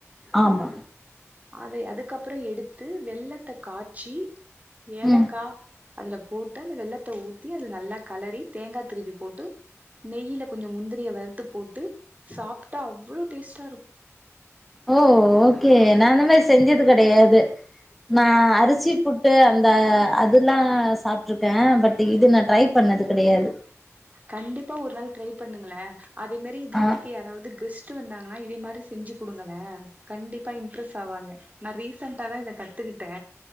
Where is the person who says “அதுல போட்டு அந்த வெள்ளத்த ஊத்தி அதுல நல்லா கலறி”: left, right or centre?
Right